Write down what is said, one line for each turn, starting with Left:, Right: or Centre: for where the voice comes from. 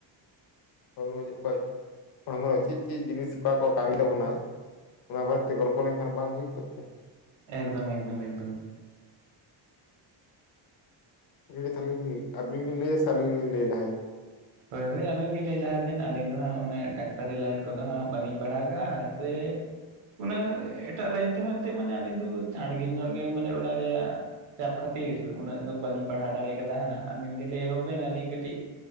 Left: ᱦᱚᱲᱢᱚ ᱡᱮ ᱚᱠᱚᱭ ᱦᱚᱲᱢᱚ ᱨᱮ ᱪᱤᱫ ᱪᱤᱜ ᱡᱤᱱᱤᱥ ᱚᱠᱟ‌ ᱠᱚ ᱠᱟᱢᱤ ᱛᱟᱵᱚᱱᱟᱭ? ᱚᱱᱟ ᱵᱟᱨᱮ ᱛᱮ ᱜᱚᱞᱯᱷᱚ ᱞᱮᱱᱠᱷᱟᱱ ᱵᱟᱝ ᱦᱩᱭ ᱠᱚᱜ ᱛᱮ?
Right: ᱮᱠᱫᱚᱢ ᱮᱠᱫᱚᱢ ᱮᱠᱫᱚᱢ᱾
Left: <unintelligible> ᱛᱟᱦᱚᱞᱮ ᱟᱵᱤᱱ ᱵᱤᱱ ᱞᱟᱹᱭᱟ ᱥᱮ ᱟᱞᱤᱧ ᱞᱤᱧ ᱞᱟᱹᱭ ᱞᱟᱦᱟᱭᱟ?
Right: ᱦᱳᱭ ᱦᱳᱭ ᱟᱵᱮᱱ ᱜᱮ ᱞᱟᱹᱭ ᱞᱟᱦᱟ ᱵᱮᱱ ᱟᱹᱞᱤᱧ ᱫᱚ ᱦᱟᱸᱜ ᱢᱟᱱᱮ ᱰᱟᱠᱛᱟᱨᱤ ᱞᱟᱭᱤᱱ ᱠᱚᱫᱚ ᱦᱟᱸᱜ ᱵᱟᱞᱤᱧ ᱯᱟᱲᱦᱟᱣ ᱠᱟᱜ-ᱟ ᱥᱮᱼᱼ ᱩᱱᱟᱹᱜ ᱮᱴᱟᱜ ᱞᱟᱭᱤᱱ ᱛᱮᱦᱚᱸ ᱮᱱᱛᱮᱜ ᱢᱟᱱᱮ ᱟᱹᱞᱤᱧ ᱫᱚ ᱪᱟᱬ ᱜᱮ ᱧᱚᱜ ᱜᱮ ᱢᱟᱱᱮ ᱚᱲᱟᱜ ᱨᱮᱭᱟᱜᱼᱼ ᱪᱟᱯ ᱠᱷᱟᱹᱛᱤᱨ ᱩᱱᱟᱹᱜ ᱫᱚ ᱵᱟᱞᱤᱧ ᱯᱟᱲᱦᱟᱣ ᱫᱟᱲᱮ ᱠᱟᱫᱟ ᱦᱟᱸᱜ ᱟᱵᱮᱱ ᱜᱮ ᱞᱟᱹᱭ ᱮᱦᱚᱵ ᱵᱮᱱ ᱟᱞᱤᱧ ᱠᱟᱹᱴᱤᱡᱼᱼ